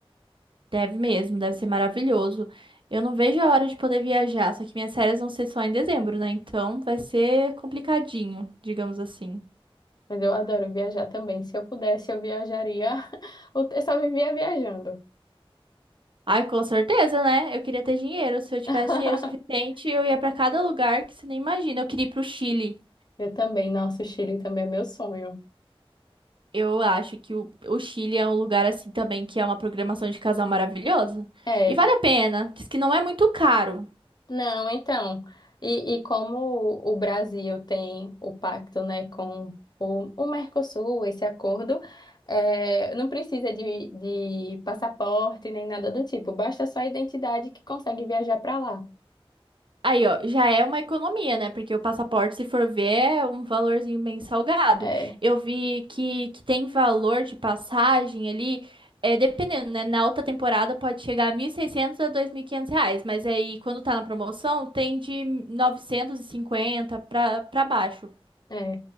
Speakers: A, on the right (about 55°); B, on the left (about 45°).
A: Deve mesmo, deve ser maravilhoso. Eu não vejo a hora de poder viajar, só que minhas férias vão ser só em dezembro, né? Então vai ser complicadinho, digamos assim.
B: Mas eu adoro viajar também. Se eu pudesse, eu viajaria. <laughs> Eu só vivia viajando.
A: Ai, com certeza, né? Eu queria ter dinheiro. Se eu tivesse
B: <laughs>
A: dinheiro suficiente, eu ia pra cada lugar que você nem imagina. Eu queria ir pro Chile.
B: Eu também, nossa, o Chile também é meu sonho.
A: Eu acho que o, o Chile é um lugar assim também que é uma programação de casal maravilhosa.
B: É,
A: E vale a pena. Diz que não é muito caro.
B: não, então, e, e como o Brasil tem o pacto, né, com o, o Mercosul, esse acordo, é, não precisa de, de passaporte nem nada do tipo, basta só a identidade que consegue viajar para lá.
A: Aí, ó, já é uma economia, né? Porque o passaporte, se for ver, é um valorzinho bem salgado.
B: É.
A: Eu vi que, que tem valor de passagem ali, é, dependendo, né? Na alta temporada pode chegar a 1.600 a 2.500 reais, mas aí quando tá na promoção tem de 950 pra, pra baixo.
B: É.